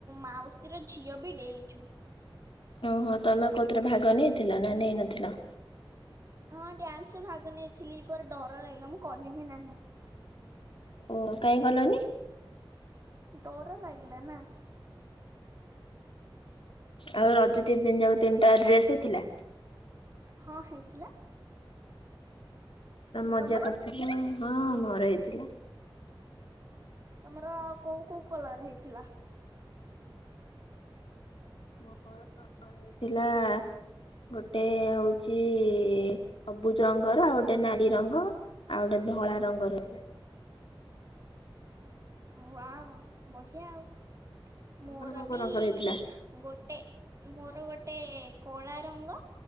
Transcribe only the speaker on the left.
ଓହୋ ତମେ କଉଥିରେ ଭାଗ ନେଇଥିଲ ନା ନେଇନଥିଲା?
ଓ କାଇହିଁ କଲନି?
ଆଉ ରଜ ତିନି ଦିନ ଯାକ ତିନିଟା ଡ୍ରେସ ହେଇଥିଲା?
ପୁରା ମଜା
କରିଥିଲୁ। ହଁ ମୋର ହେଇଥିଲା।
ମୋର ହେଇଥିଲା ଗୋଟେ ହଉଚି ସବୁଜ ରଙ୍ଗର ଆଉ ଗୋଟେ ନାଲି ରଙ୍ଗ। ଆଉ ଗୋଟେ ଧଳା ରଙ୍ଗର ଥିଲା।
ତମର
କୋଉ କୋଉ
ରଙ୍ଗର ହେଇଥିଲା?